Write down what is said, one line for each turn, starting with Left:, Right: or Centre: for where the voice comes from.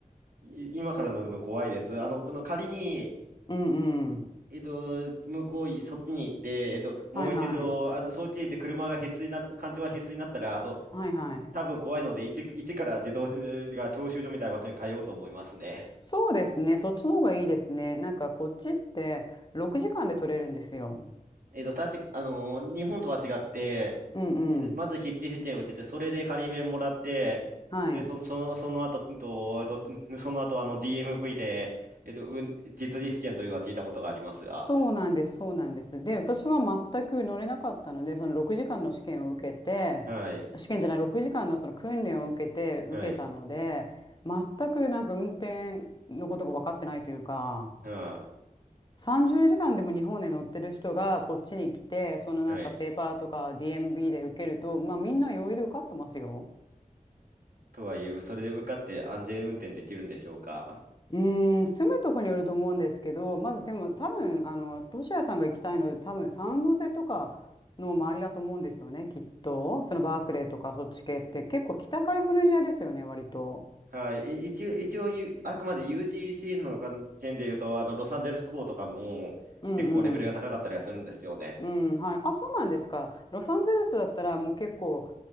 Right: い今から乗るの怖いです。あの、あの仮に、
Left: うんうん。
Right: えっと、向こうい、そっちに行って、えっと、もう一度、
Left: はいはい。
Right: あの、そっちに行って車が必須になった、環境が必須になったら、あの、
Left: はいはい。
Right: 多分怖いので、一一から自動が教習所みたいな場所に通おうと思いますね。
Left: そうですね。そっちの方がいいですね。なんかこっちって6時間で取れるんですよ。
Right: えっと、確か、あのー日本とは違って、
Left: うんうん。
Right: えっとまず筆致試験を受けて、それで仮免もらって、
Left: はい。
Right: で、その、その、その後、うんと、えっとその後、あの、DMV で、えっと、うん実技試験というのは聞いたことがありますが、
Left: そうなんです。そうなんです。で、私は全く乗れなかったので、その6時間の試験を受けて、
Right: はい、
Left: 試験じゃない、6時間のその訓練を受けて、受けたので、
Right: はい、
Left: 全くなんか運転のことが分かってないというか、
Right: うん、
Left: 30時間でも日本で乗ってる人がこっちに来て、そのなんかペーパーとか
Right: はい。
Left: DMB で受けると、まあみんな余裕で受かってますよ。
Right: とはいえ、それで受かって安全運転できるんでしょうか。
Left: うーん、住むとこによると思うんですけど、まずでも多分、あの、トシヤさんが行きたいので、多分サンノゼとかの周りだと思うんですよね、きっと。そのバークレーとかそっち系って結構北カリフォルニアですよね、割と。
Right: はい、い一応、一応、ゆあくまで UCC の関係で言うと、あの、ロサンゼルス号とかも結構レベルが高かったりはするんですよね。
Left: うんうん。うん、はい。あ、そうなんですか。ロサンゼルスだったらもう結構